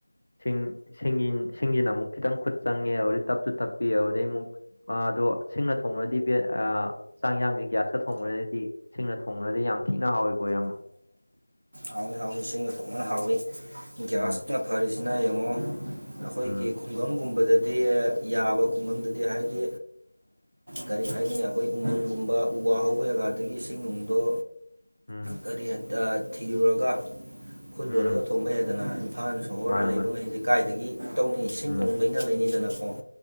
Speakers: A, on the left (about 65°); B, on the right (about 55°).
A: ꯁꯤꯡ ꯁꯤꯡ ꯁꯤꯡꯁꯤꯅ ꯑꯃꯨꯛ ꯈꯤꯇꯪ ꯈꯨꯠ ꯆꯪꯉꯦ ꯑꯗꯨꯩ ꯇꯞꯁꯨ ꯇꯞꯄꯤ ꯑꯗꯨꯗꯩ ꯑꯃꯨꯛ ꯑꯗꯣ ꯁꯤꯡꯅ ꯊꯣꯡꯕꯨꯔꯗꯤ ꯆꯥꯡ ꯌꯥꯡꯁꯦ ꯒ꯭ꯌꯥꯁꯀ ꯊꯣꯡꯕꯨꯔꯗꯤ ꯁꯤꯡꯅ ꯊꯣꯡꯕꯅꯗꯤ ꯌꯥꯝ ꯊꯤꯅ ꯍꯥꯎꯏꯀꯣꯌꯥꯝꯝꯕ
B: ꯍꯥꯎꯋ ꯍꯥꯎꯋꯤ ꯏꯁꯤꯡꯒ ꯊꯣꯡꯅꯅ ꯍꯥꯎꯋ ꯒ꯭ꯌꯥꯁꯇ
A: ꯎꯝ
B: ꯐꯔꯤꯁꯤꯅ ꯌꯦꯡꯉꯣ ꯑꯩꯈꯣꯏꯒꯤ
A: ꯎꯝ
B: ꯈꯨꯡꯒꯪꯒꯨꯝꯕꯗꯗꯤ ꯌꯥꯕ ꯈꯨꯡꯒꯪꯗꯗꯤ ꯍꯥꯏꯗꯤ ꯀꯔꯤ ꯍꯥꯏꯅꯤ ꯑꯩꯈꯣꯏ ꯎꯃꯪꯒꯨꯝꯕ ꯎ ꯋꯥ ꯍꯧꯕ ꯖꯒꯥꯗꯒꯤ ꯏꯁꯤꯡ ꯅꯨꯡꯗꯣ
A: ꯎꯝ
B: ꯀꯔꯤ ꯍꯥꯢ ꯊꯤꯔꯨꯔꯒ ꯈꯨꯠ
A: ꯎꯝ
B: ꯂꯨꯔꯒ ꯊꯣꯡꯕ ꯌꯥꯏꯗꯅ ꯏꯝꯐꯥꯜ ꯁꯣꯍꯣꯔꯗ
A: ꯃꯥꯅꯦ
B: ꯂꯩꯕ
A: ꯃꯥꯅꯦ
B: ꯉꯩꯁꯤꯦ ꯀꯥꯏꯗꯒꯤ ꯇꯧꯅꯤ ꯏꯁꯤꯡ
A: ꯎꯝ
B: ꯅꯣꯡ ꯂꯩꯅꯥ ꯂꯩꯅꯤꯗꯅꯀꯣ